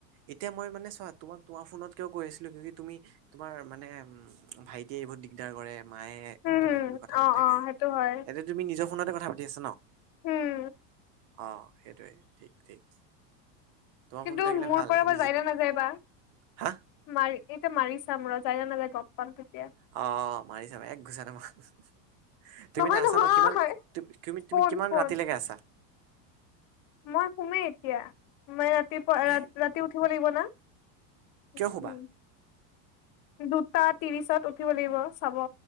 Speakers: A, on the right; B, on the left.
A: এতিয়া মই মানে চোৱা তোমাক তোমাৰ ফোনত কিয় কৈ আছিলো কিয়ুকি তুমি তোমাৰ মানে উম ভাইটিয়ে বহুত দিগদাৰ কৰে মায়ে
B: উম,
A: কিবা
B: হম,
A: কিবি কথা
B: অ',
A: পাতি থাকে,
B: অ', সেইটো হয়
A: এতিয়া তুমি নিজৰ ফোনতে কথা পাতি আছা ন?
B: উম,
A: অ সেইটোৱে ঠিক ঠিক। তোমাৰ
B: কিন্তু
A: ফোনটো থাকিলে
B: মোৰ
A: ভাল
B: পৰা
A: তুমি
B: বা যায়
A: যি
B: না নাযায় বা।
A: হা
B: মাৰি এতিয়া মাৰি চাম ৰ যায় না নাযায় গম পাম তে
A: অ অ মাৰি ছাবা, এক ঘোচাতে মাহ আহ আহ তুমি
B: নহয়
A: না আছা
B: নহয়
A: ন কিমান তু তুমি
B: ফোন
A: তুমি কিমান
B: ফোন
A: ৰাতিলৈকে আছা?
B: মই শুমেই এতিয়া, মই ৰাতিপুৱা
A: হে
B: ৰা ৰাতি উঠিব লাগিব না। <unintelligible>
A: কিয় শুবা
B: দুটা ত্ৰিশত উঠিব লাগিব চাব।